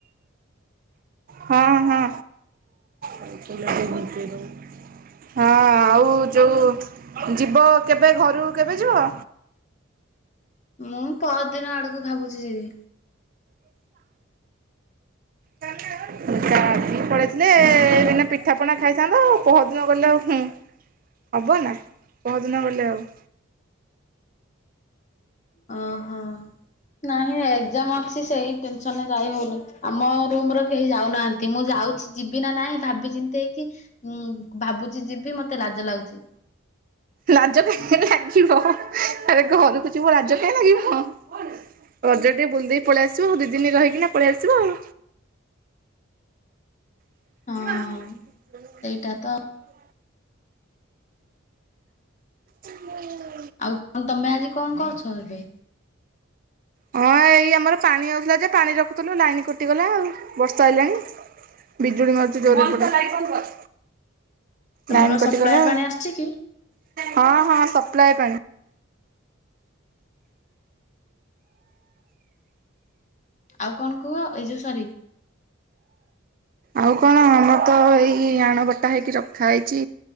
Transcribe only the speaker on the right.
ହଁ ହଁ <unintelligible> ହଁ ଆଉ ଯୋଉ ଯିବ କେବେ ଘରକୁ କେବେ ଯିବ?
କା ଆଜି ପଳେଇଥିଲେ ବିନା ପିଠା ପଣା ଖାଇଥାନ୍ତ ଆଉ ପହର ଦିନ ଗଲେ ଆଉ ହୁଁ ହବ ନା ପହର ଦିନ ଗଲେ ଆଉ
ଲାଜ କାହିଁକି ଲାଗିବ ଆରେ ଘରକୁ ଯିବ ଲାଜ କାହିଁକି ଲାଗିବ ରଜ ଟିକେ ବୁଲି ଦେଇକି ପଳେଇ ଆସିବ ଦି ଦିନ ରହିକି ନା ପଳେଇ ଆସିବ ଆଉ। <unintelligible>
ହୁଁ।
ହଁ ଏଇ ଆମର ପାଣି ଆଉଥିଲା ଯେ ପାଣି ରଖୁଥିଲୁ ଲାଇନ କଟିଗଲା ଆଉ ବର୍ଷା ଆଇଲାଣି। ବିଜୁଳି ମାରୁଛି ଜୋରେ
ଏପଟେ।
ଲାଇନ କଟିଗଲା
ହଁ ହଁ ସପ୍ଲାଏ ପାଣି।
ଆଉ କଣ ଆମର ତ ଏଇ ଆଣ ବଟା ହେଇକି ରଖା ହେଇଛି